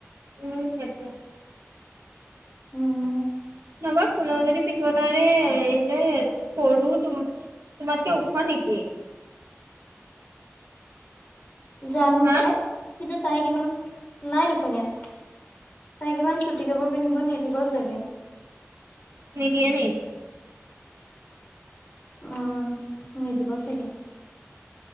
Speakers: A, on the right (about 75°); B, on the left (about 40°).
A: উম' সেইটোৱেই।
B: উম'।
A: নহবা কোনেও যদি পিন্ধিব নাৱাৰে, এই যে সৰুটো তোমাতকে ওখ নেকি?
B: জানো
A: হা
B: পাই, কিন্তু তাইক ইমান নাই দেখোন ইয়াত তাই ইমান চুটি কাপোৰ পিন্ধিব নিদিব চাগে।
A: নিদিয়ে নি?
B: উম, নিদিব চাগে।